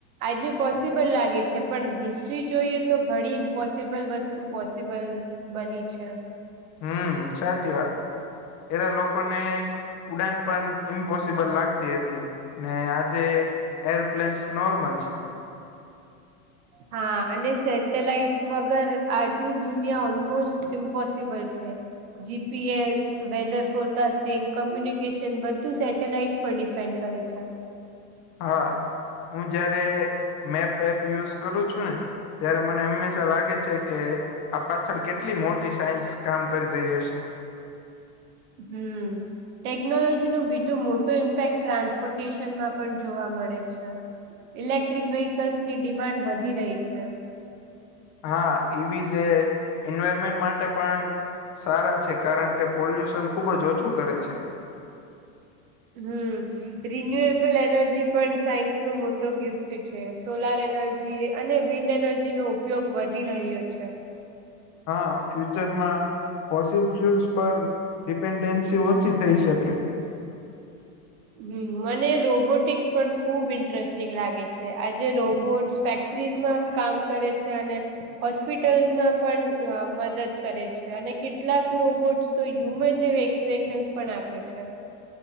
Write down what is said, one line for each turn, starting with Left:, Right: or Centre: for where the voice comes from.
Right: આજે પોસિબલ લાગે છે પણ હિસ્ટ્રી જોઈએ તો ઘણી ઇમ્પોસિબલ વસ્તુ પોસિબલ બની છે.
Left: હમ, સાચી વાત. પેલા લોકોને ઉડાન પણ ઇમ્પોસિબલ લાગતી હતી. ને આજે એરોપ્લેન્સ નોર્મલ છે.
Right: હા, અને સેટેલાઈટ્સ વગર આજની દુનિયા ઓલમોસ્ટ ઇમ્પોસિબલ છે. જીપીએસ, વેધર ફોરકાસ્ટિંગ, કોમ્યુનિકેશન બધું સેટેલાઈટ ઉપર ડિપેન્ડ કરે છે.
Left: હા, હું જયારે મેપ એપ યુઝ કરું છું ને, ત્યારે મને હંમેશા લાગે છે કે આ પાછળ કેટલી મોટી સાયન્સ કામ કરી રહી હશે.
Right: હમ્મ. ટેકનોલોજી નો બીજો મોટો ઇમ્પેક્ટ ટ્રાન્સપોર્ટેશનમાં પણ જોવા મળે છે. ઇલેક્ટ્રિક વેહકલ્સની ડિમાન્ડ વધી રહી છે.
Left: હા, એવી જે એન્વાયરમેન્ટ માટે પણ સારા છે. કારણ કે, પોલ્યુશન ખુબ જ ઓછું કરે છે.
Right: હમ. રિન્યુએબલ એનર્જી પણ સાયન્સ નો મોટો ગિફ્ટ છે. સોલાર એનર્ જી અને વિન્ડનોર્જીનો ઉપયોગ વધી રહ્યો છે.
Left: હા, ફ્યુચરમાં ફોસિલ ફ્યુલ્સ પર ડિપેન્ડન્સી ઓછી થઈ શકે.
Right: હમ, મને રોબોટિક્સ પણ ખુબ ઇન્ટરેસ્ટિંગ લાગે છે. આજે રોબોટ્સ ફેક ટ્રીઝમાં કામ કરે છે અને હોસ્પિટલ્ઝમાં પણ અ મદદ કરે છે અને કેટલાક રોબોટ્સ તો હ્યુમન જે એક્સ પ્રેશન્સ પણ આપે છે.